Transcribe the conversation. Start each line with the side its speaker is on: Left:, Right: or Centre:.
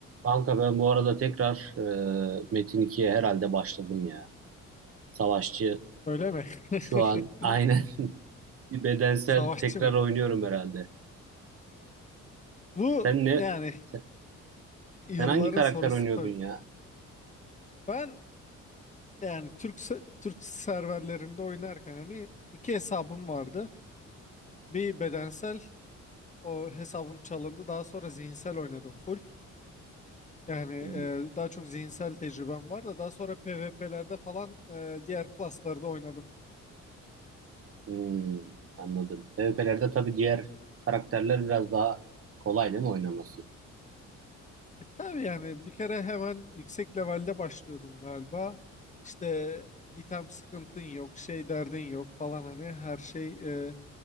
Right: Kanka ben bu arada tekrar e, Metin 2'ye herhalde başladım ya. Savaşçı
Left: Öyle mi?
Right: şu an aynen
Left: <laughs>
Right: <laughs> bir bedensel
Left: Savaşçı
Right: tekrar
Left: mı?
Right: oynuyorum herhalde.
Left: Bu
Right: Sen ne?
Left: yani
Right: Sen,
Left: yılların
Right: sen hangi karakter
Left: sorusu
Right: oynuyordun
Left: tabii.
Right: ya?
Left: Ben yani Türk se- Türk serverlerinde oynarken hani iki hesabım vardı. Bir bedensel o hesabım çalındı. Daha sonra zihinsel oynadım full. Yani e,
Right: Hmm,
Left: daha çok zihinsel tecrübem var da daha sonra PvP'lerde falan e, diğer klaslarda oynadım.
Right: hmm, anladım. PvP'lerde tabii diğer karakterler biraz daha kolay değil mi oynaması?
Left: E, tabii yani bir kere hemen yüksek levelde başlıyordun galiba. İşte item sıkıntın yok, şey derdin yok falan hani her şey e,